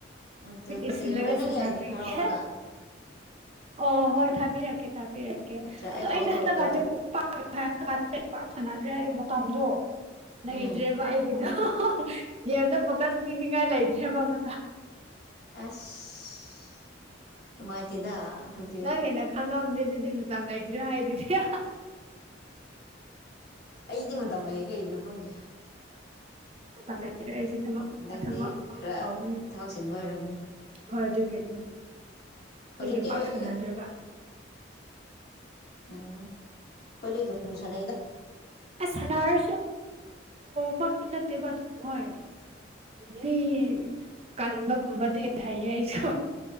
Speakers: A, on the left; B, on the right.
A: ꯑꯗꯨꯗꯤ
B: ꯑꯦꯁꯤꯂꯒꯦꯁ
A: ꯍꯣꯔꯦꯟ ꯅꯪꯒꯤ ꯑꯥꯏꯗꯤ
B: ꯅ
A: ꯊꯥꯔꯛꯑꯣꯗꯅ
B: ꯀ ꯑꯣ ꯍꯣꯏ ꯊꯥꯕꯤꯔꯛꯀꯦ ꯊꯥꯕꯤꯔꯛꯀꯦ
A: ꯅꯠꯇ꯭ꯔꯥ
B: ꯑꯣ
A: ꯑꯩ ꯐꯣꯂꯣ
B: ꯑꯩꯩꯅ
A: ꯇꯧꯔꯛꯀꯦꯕ
B: ꯄꯥꯛ ꯁꯥꯟꯅꯗ꯭ꯔꯦ ꯍꯥꯏꯕꯒꯤ ꯃꯗꯣ ꯅꯪꯗ꯭ꯔꯦꯕ
A: ꯎꯝ
B: ꯍꯒꯗ ꯦꯦꯝꯗ ꯐꯣꯀꯁ ꯇꯤꯟꯒꯥꯏꯂ ꯏ꯭ꯔꯦꯕ ꯃ
A: ꯑꯁ ꯅꯨꯡꯉꯥꯏꯇꯦꯗ ꯑꯗꯨꯗꯤ
B: ꯅꯪ ꯍꯦꯟꯅ ꯈꯪꯉꯝꯗꯦ ꯑꯗꯨꯗꯤ ꯃꯇꯝ ꯂꯩꯇ꯭ꯔꯦ ꯍꯥꯏꯗꯨꯗꯤ
A: ꯑꯩꯗꯤ ꯃꯇꯝ ꯂꯩ ꯀꯩꯒꯤꯅꯣ ꯈꯪꯗꯦ
B: ꯪ ꯂꯩꯕꯤꯔ ꯑꯩꯁꯦ ꯊꯕꯛ
A: ꯅꯪꯗꯤ
B: ꯊꯕꯛ ꯑꯃꯛ
A: ꯈꯔ
B: ꯐꯥꯎꯕꯅꯤ
A: ꯊꯕꯛ ꯆꯤꯟꯕ ꯑꯣꯏꯔꯝꯅꯦ
B: ꯍꯣꯏ ꯑꯗꯨꯒꯤꯝ ꯑꯗꯨꯒꯤ
A: ꯍꯧꯖꯤꯛꯇꯤ
B: ꯄꯥꯛ
A: ꯑꯩꯗꯤ
B: ꯁꯅꯖ꯭ꯔꯕ
A: ꯎꯝ ꯀꯣꯏꯅ ꯨ ꯁꯅ ꯑꯩꯗ
B: ꯑ ꯁ ꯇ ꯑ ꯐꯇ ꯅꯠꯇ ꯍꯣꯏ ꯃꯤ ꯀꯟꯕꯒꯨꯝꯕꯗꯤ ꯍꯩꯌꯦ ꯑꯩꯁꯨ